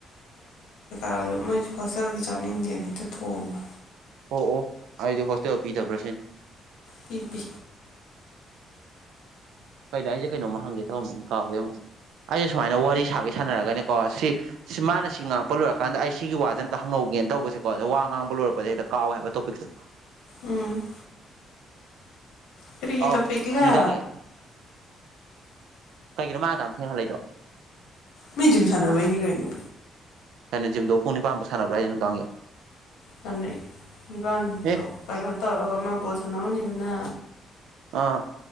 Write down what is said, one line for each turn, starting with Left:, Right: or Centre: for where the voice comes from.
Left: ꯥꯔ ꯃꯣꯏ ꯍꯣꯁꯇꯦꯜꯒꯤ ꯆꯥꯅꯤꯡꯗꯦꯅ ꯍꯦꯛꯇ ꯊꯣꯡꯕ
Right: ꯑꯣ ꯑꯣ ꯑꯩꯗꯤ ꯍꯣꯁꯇꯦꯜ ꯄꯤꯗꯕ꯭ꯔꯥ ꯁꯤꯅꯤ
Left: ꯄꯤ ꯄꯤ
Right: <unintelligible> ꯀꯩꯅꯣꯝꯃ ꯍꯪꯒꯦ ꯇꯧꯔꯝꯕꯅꯦ ꯀꯥꯎꯋꯦ ꯑꯃꯨꯛ ꯑꯩꯁ ꯁꯨꯃꯥꯏꯅ ꯋꯥꯔꯤ ꯁꯥꯒꯦ ꯁꯥꯟꯅꯔꯒꯅꯤꯀꯣ ꯁꯤ ꯃꯥꯅ ꯁꯤ ꯉꯥꯡꯛꯄ ꯂꯣꯏꯔꯀꯥꯟꯗ ꯑꯩ ꯁꯤꯒꯤ ꯋꯥꯁꯦ ꯑꯝꯇ ꯍꯪꯍꯧ ꯌꯦꯅ ꯇꯧꯕꯁꯁꯤꯀꯣ ꯑꯗ ꯋꯥ ꯉꯥꯡꯕ ꯂꯣꯏꯛꯄꯗꯩꯗ ꯀꯥꯎꯋꯦꯕ ꯇꯣꯄꯤꯛꯁꯨ
Left: ꯎꯝ ꯄꯔꯤꯒꯤ
Right: ꯑꯧ
Left: ꯇꯄꯤꯛꯂ
Right: ꯅꯤꯡꯁꯤꯡꯉꯦ ꯀꯩꯒꯤꯅꯣ ꯃꯥ ꯑꯗꯝ ꯊꯦꯡ ꯍꯜꯂꯛꯏꯗꯣ
Left: ꯃꯤ ꯖꯤꯝ ꯁꯟꯅꯕꯩꯅꯤ ꯀꯩꯅꯣ
Right: ꯀꯩꯅꯩꯖꯤꯝꯗꯣ ꯄꯨꯡ ꯅꯤ ꯄꯥꯟꯕ ꯁꯥꯟꯅꯕ꯭ꯔꯥ ꯍꯥꯏꯁ ꯅꯨꯡꯗꯥꯡꯒꯤ
Left: ꯁꯟꯅꯩ ꯅꯤꯄꯥꯜ
Right: ꯑꯦ
Left: ꯀꯩꯅꯣ ꯇꯧꯔꯒ ꯑꯃ ꯄꯣꯠ ꯁꯥꯟꯅꯧꯅꯤꯗꯅ
Right: ꯑꯥ